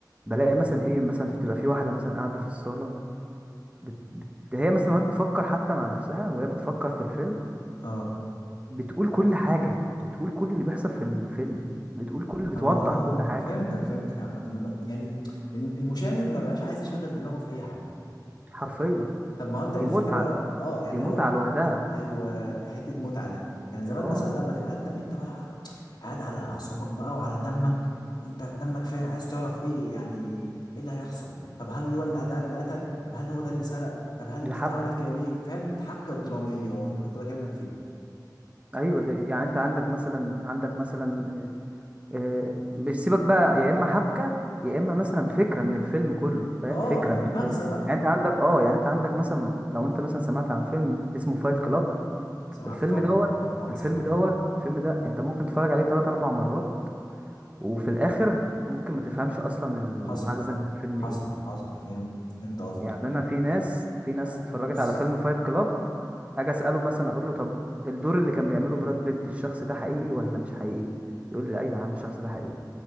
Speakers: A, on the right; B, on the left.
A: بلاقي مثلا ايه مثلا بتبقى في واحده مثلا قاعده في الصاله بت... بت... هي مثلا وهي بتفكر حتى مع نفسها وهي بتفكر في الفيلم
B: اه
A: بتقول كل حاجة بتقول كل اللي بيحصل في الفيلم بتقول كل بتوضح
B: اه
A: كل حاجة
B: فهمتك فهمتك عامة ما بق- يعني إن المشاهد ما بقاش عايز يشغل دماغه في اي حاجة
A: حرفيا
B: طب ما هو انت
A: دي
B: الفكره
A: متعة
B: اه يعني
A: دي متعة
B: هو ك-
A: لوحدها
B: ايوه حته متعه دي كان زمان
A: اه
B: مثلا لما تبقى انت انت بقى قاعد على اعصابك بقى وعلى دمك انت دمك فاير عايز تعرف ايه يعني ايه اللي هيحصل طب هل هو اللي ده اللي قتل طب هل هو ده اللي سرق طب هل
A: دي
B: دي اتعملت
A: حبكة
B: كده ليه فاهم الحبكه الدراميه اللي كنت بكلمك فيه
A: ايوه
B: يعني
A: دي يعني
B: لكن
A: انت عندك مثلا عندك مثلا آه، آه، مش سيبك بقى يا اما حبكة يا اما مثلا فكرة من الفيلم كله فاهم
B: اه
A: فكرة من
B: المغزى
A: الفيلم
B: بقى
A: يعني انت عندك اه يعني انت عندك مثلا لو انت مثلا سمعت عن فيلم اسمه فايت كلاب
B: سمعت
A: الفيلم
B: طبعا
A: دوت
B: طبعا
A: الفيلم
B: سمعت
A: دوت الفيلم ده انت ممكن تتفرج عليه تلات اربع مرات وفي الاخر ممكن ما تفهمش اصلا المغزى
B: حصل
A: من الفيلم
B: حصل
A: ايه
B: حصل فهمت فهمت قصدك
A: يعني انا في ناس في ناس
B: لا
A: اتفرجت
B: بص
A: على فيلم فايت كلاب اجي اساله مثلا اقول له طب الدور اللي كان بيعمله براد بيت الشخص ده حقيقي ولا مش حقيقي يقول لي ايوه يا عم الشخص ده حقيقي